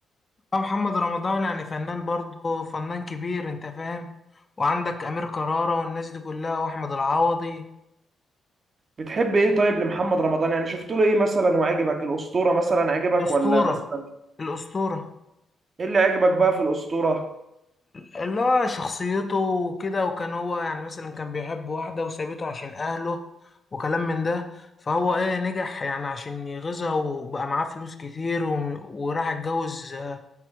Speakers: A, on the left (about 35°); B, on the right (about 50°).
A: أه محمد رمضان يعني فنان برضه فنان كبير انت فاهم وعندك أمير كرارة والناس دي كلها وأحمد العوضي
B: بتحب ايه طيب لمحمد رمضان يعني شفت له ايه مثلا وعجبك الاسطوره مثلا عجبك
A: أسطورة
B: ولا مثلا
A: الأسطورة
B: ايه اللي عجبك بقى في الاسطوره
A: اللي هو شخصيته وكده وكان هو يعني مثلا كان بيحب واحدة وسابته عشان أهله وكلام من ده فهو إيه نجح يعني عشان يغيظها وبقى معاه فلوس كتير و- وراح اتجوز آه،